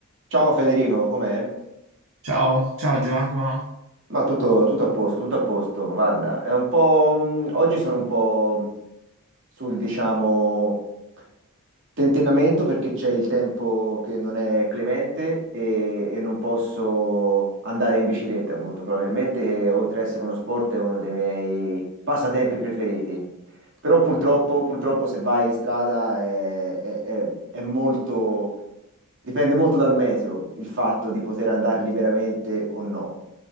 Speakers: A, on the right (about 60°); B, on the right (about 85°).
A: Ciao Federico, com'è?
B: Ciao, ciao Giacomo.
A: Ma tutto, tutto a posto, tutto a posto. Guarda, è un po'... mh, Oggi sono un po' sul, diciamo, tentennamento perché c'è il tempo che non è clemente e, e non posso andare in bicicletta, molto probabilmente, che oltre ad essere uno sport è uno dei miei passatempi preferiti. Però purtroppo,
B: Eh,
A: purtroppo se vai in strada è, è- è- è molto, dipende molto dal meteo il fatto di poter andare liberamente o no.